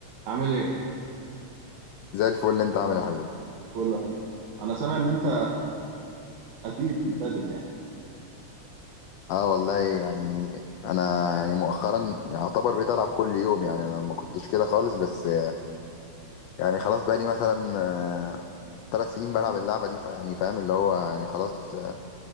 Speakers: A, on the right (about 80°); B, on the left (about 75°).
A: عامل ايه؟
B: زي الفل انت عامل ايه يا حبيبي
A: كله حلو انا سامع ان انت قتيل في البادل يعني
B: اه والله يعني انا يعني مؤخرا يعتبر بقيت العب كل يوم يعني انا ما كنتش كده خالص بس آه، يعني خلاص بقى لي مثلا آه، ثلاث سنين بلعب اللعبه دي فيعني فاهم اللي هو يعني خلاص آه،